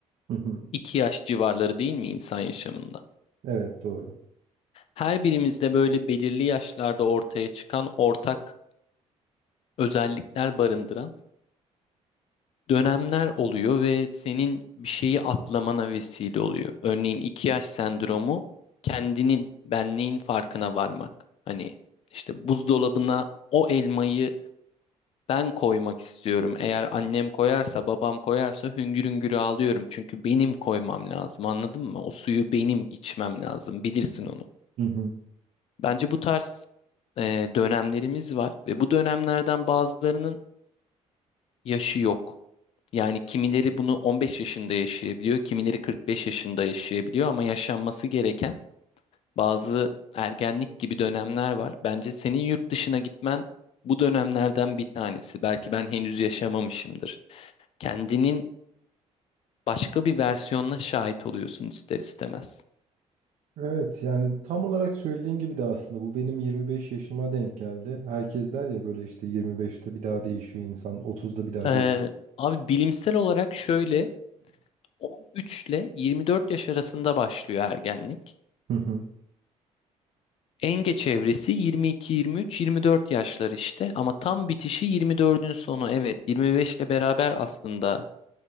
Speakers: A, on the right; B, on the left.
A: Hı hı.
B: iki yaş civarları değil mi insan yaşamında?
A: evet doğru.
B: Her birimizde böyle belirli yaşlarda ortaya çıkan ortak özellikler barındıran dönemler oluyor ve senin bir şeyi atlamana vesile oluyor. Örneğin iki yaş sendromu kendinin, benliğin farkına varmak. Hani işte buzdolabına o elmayı ben koymak istiyorum. Eğer annem koyarsa, babam koyarsa hüngür hüngür ağlıyorum. Çünkü benim koymam lazım, anladın mı? O suyu benim içmem lazım. Bilirsin onu.
A: Hı hı.
B: Bence bu tarz e, dönemlerimiz var ve bu dönemlerden bazılarının yaşı yok. Yani kimileri bunu 15 yaşında yaşayabiliyor, kimileri 45 yaşında yaşayabiliyor ama yaşanması gereken bazı ergenlik gibi dönemler var. Bence senin yurt dışına gitmen bu dönemlerden bir tanesi. Belki ben henüz yaşamamışımdır. Kendinin başka bir versiyonuna şahit oluyorsun ister istemez.
A: Evet yani tam olarak söylediğin gibi de aslında bu benim 25 yaşıma denk geldi. Herkes der ya böyle işte 25'te bir daha değişiyor insan, 30'da bir daha
B: Ee,
A: değil.
B: abi bilimsel olarak şöyle 13 ile 24 yaş arasında başlıyor ergenlik.
A: Hı hı.
B: En geç evresi 22, 23, 24 yaşlar işte ama tam bitişi 24'ün sonu evet 25 ile beraber aslında